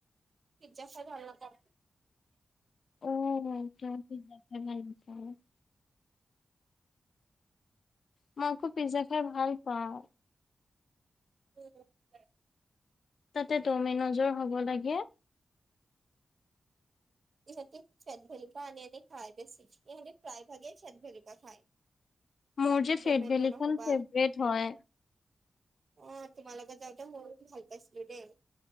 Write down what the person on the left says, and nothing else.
অ <unintelligible> মই পিজ্জা খাই ভাল নাপাও। মই আকৌ পিজ্জা খাই ভাল পাওঁ।
তাতে ডমিনেজৰ হ'ব লাগে।
মোৰ যে
ফেট ভেলিখন
ফেভাৰেট হয়।